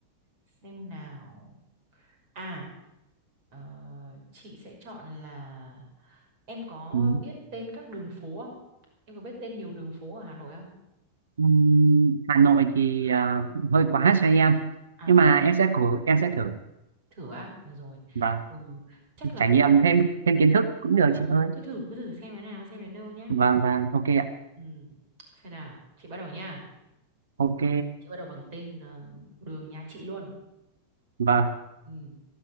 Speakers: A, on the right; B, on the right.
A: xem nào à ờ, chị sẽ chọn là em có
B: Ừm,
A: biết tên các đường phố không em có biết tên nhiều đường phố ở Hà Nội không
B: ừm, Hà Nội thì à, hơi quá cho em.
A: à
B: Nhưng
A: thế
B: mà
A: à
B: em sẽ cố, em sẽ thử.
A: thử á được rồi
B: và
A: ừ chắc là
B: trải
A: cũng
B: nghiệm thêm thêm kiến thức cũng được
A: ừ
B: chị ơi.
A: cứ thử cứ thử xem thế nào xem đến đâu nhá
B: Vâng, vâng, ok ạ.
A: ừ xem nào chị bắt đầu nha
B: Ok,
A: chị bắt đầu bằng tên ờ, đường nhà chị luôn
B: vâng.
A: ừ